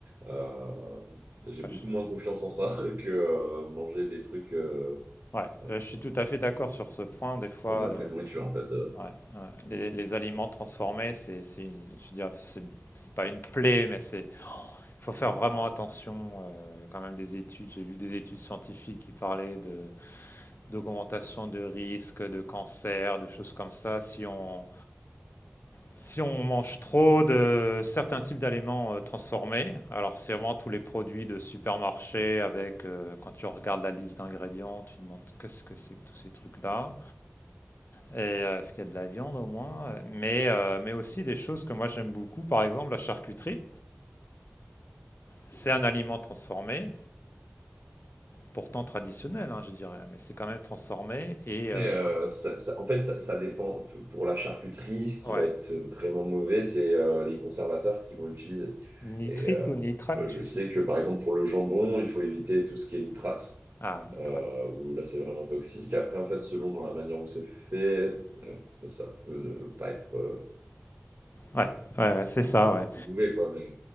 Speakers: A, on the right; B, on the left.
A: Euh, j'ai
B: Ouais,
A: beaucoup
B: je,
A: moins confiance en ça <laughs> que euh, manger des trucs. euh,
B: ouais,
A: euh,
B: je suis tout à fait d'accord sur ce point. Des fois,
A: pour de la
B: les,
A: vraie
B: ouais,
A: nourriture en fait. euh.
B: ouais, les- les aliments transformés, c'est, c'est une- je dirais, c'est c'est pas une plaie, mais c'est, faut faire vraiment attention. euh, il y a quand même des études, j'ai vu des études scientifiques qui parlaient de d'augmentation de risque de cancer, de choses comme ça, si on, si on mange trop de certains types d'aliments euh, transformés. Alors, c'est vraiment tous les produits de supermarché avec, euh, quand tu regardes la liste d'ingrédients, tu te demandes qu'est-ce que c'est que tous ces trucs-là, et euh, est-ce qu'il y a de la viande au moins, mais, euh, mais aussi des choses que moi j'aime beaucoup, par exemple la charcuterie. C'est un aliment transformé, pourtant traditionnel, hein, je dirais, mais c'est quand même transformé et
A: Et
B: euh,
A: euh, ça, ça- en fait, ça, ça dépend. Pour la charcuterie, ce qui
B: ouais,
A: va être vraiment mauvais, c'est euh, les conservateurs qu'ils vont utiliser.
B: nitrite
A: Et euh,
B: ou nitrate,
A: euh, je
B: je
A: sais
B: sais plus.
A: que par exemple pour le jambon, il faut éviter tout ce qui est nitrate.
B: Ah, nitrate.
A: Euh, où là c'est vraiment toxique. Après, en fait, selon dans la manière où c'est fait, euh, ça peut ne pas être euh,
B: Ouais, ouais, ouais, c'est ça, ouais.
A: mauvais quoi. Mais